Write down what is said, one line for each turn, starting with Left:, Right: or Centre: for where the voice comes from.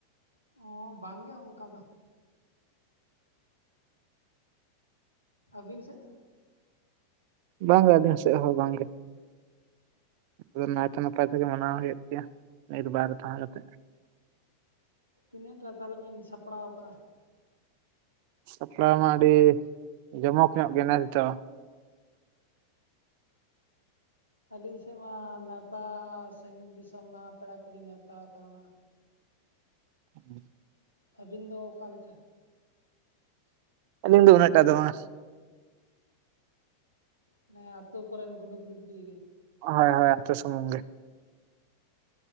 Left: ᱚᱸᱻ ᱵᱟᱝᱜᱮ ᱚᱱᱠᱟ ᱫᱚ᱾ ᱟᱹᱵᱤᱱ ᱥᱮᱫ
Right: ᱵᱟᱝᱜᱮ ᱟᱹᱞᱤᱧ ᱥᱮᱫ ᱦᱚᱸ ᱵᱟᱝᱜᱮ᱾ ᱥᱩ ᱱᱟᱭ ᱛᱮ ᱱᱟᱯᱟᱭ ᱛᱮ ᱢᱟᱱᱟᱣ ᱦᱩᱭᱩᱜ᱾ ᱴᱷᱭᱟ ᱱᱤᱨ ᱵᱟᱨ ᱛᱟᱦᱮᱸ ᱠᱟᱛᱮ᱾
Left: ᱛᱤᱱᱟᱹᱜ ᱴᱟ ᱛᱟᱦᱚᱞᱮ ᱵᱤᱱ ᱥᱟᱯᱲᱟᱣ ᱠᱟᱜᱼᱟ᱾
Right: ᱥᱟᱯᱲᱟᱣ ᱢᱟ ᱟᱹᱰᱤ ᱡᱚᱢᱚᱠ ᱧᱚᱜ ᱜᱮ ᱱᱮᱥ ᱫᱚ᱾
Left: ᱟᱹᱞᱤᱧ ᱥᱮᱫ ᱢᱟ ᱱᱮᱣᱛᱟ ᱥᱟᱺᱜᱤᱧ ᱫᱤᱥᱚᱢ ᱱᱚᱣᱟ ᱯᱮᱲᱟ ᱠᱚᱞᱤᱧ ᱱᱮᱣᱛᱟ ᱠᱟᱣᱱᱟ᱾
Right: ᱦᱮᱸ
Left: ᱟᱹᱵᱤᱱ ᱫᱚ ᱚᱠᱟ ᱞᱮᱠᱟ?
Right: ᱟᱞᱤᱧ ᱫᱚ ᱩᱱᱟᱜ ᱴᱟᱜ ᱫᱚ ᱵᱟᱝᱟ
Left: ᱚᱱᱮ ᱟᱛᱩ ᱠᱚᱨᱮᱱ ᱜᱩᱱᱤ ᱜᱨᱩᱯ ᱫᱤᱭ ᱜᱮ᱾
Right: ᱦᱚᱭ ᱦᱚᱭ ᱟᱛᱩ ᱥᱩᱢᱩᱝ ᱜᱮ᱾